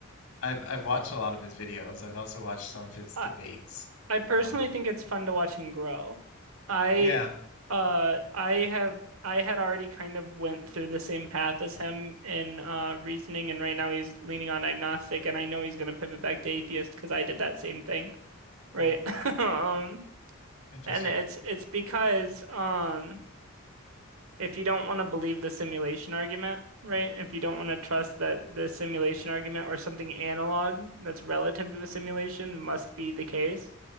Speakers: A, on the left; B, on the right.
A: I've I've watched a lot of his videos. I've also watched some of his
B: I.
A: debates.
B: I personally
A: Um,
B: think it's fun to watch him grow. I
A: yeah.
B: uh I have I had already kind of went through the same path as him in uh reasoning and right now he's leaning on agnostic and I know he's gonna pivot back to atheist because I did that same thing,
A: Hmm,
B: right? <laughs> Um
A: interesting.
B: and it's it's because um if you don't want to believe the simulation argument, right? If you don't want to trust that the simulation argument or something analog that's relative to a simulation must be the case